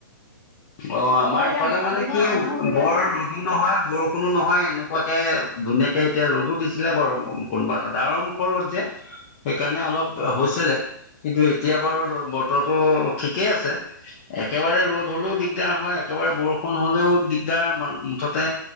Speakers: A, on the left (about 40°); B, on the left (about 20°).
A: অ আমাৰ
B: বতৰ এতিয়া
A: ইফালে
B: বতাহ
A: মানে
B: ধুমুহা
A: কি
B: আহো আহো কৰি
A: বৰ-
B: আছে
A: ৰ'দো
B: আৰু
A: নহয়, বৰষুণো নহয়, এনেকুৱাকে ধুনীয়াকে এতিয়া ৰ'দো দিছিলে বাৰু কোনোবা এটা। আকৌ ৰ'দ যে- সেইকাৰণে অলপ
B: অঁ
A: হৈছিলে কিন্তু এতিয়া বাৰু বতৰটো ঠিকেই আছে। একেবাৰে ৰ'দ হলেও দিগদাৰ হয়, একেবাৰে বৰষুণ হলেও দিগদাৰ, মুঠতে